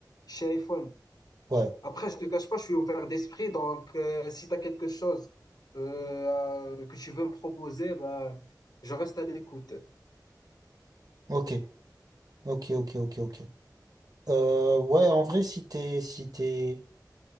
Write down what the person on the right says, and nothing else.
Ouais.
Ok. Ok, ok, ok, ok. Euh, ouais, en vrai, si t'es, si t'es,